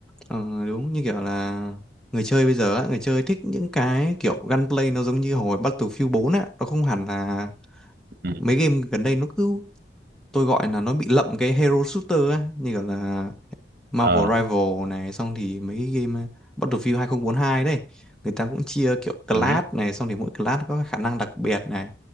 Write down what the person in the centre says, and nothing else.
Ờ, đúng như kiểu là người chơi bây giờ á, người chơi thích những cái kiểu gunplay nó giống như hồi Battlefield bốn á. Nó không hẳn là
mấy game gần đây nó cứ tôi gọi là nó bị lậm cái hero shooter á như kiểu là Marvel
Rival này xong thì mấy cái game uh, Battlefield 2042 đấy người ta cũng chia kiểu class
này xong thì mỗi class có khả năng đặc biệt này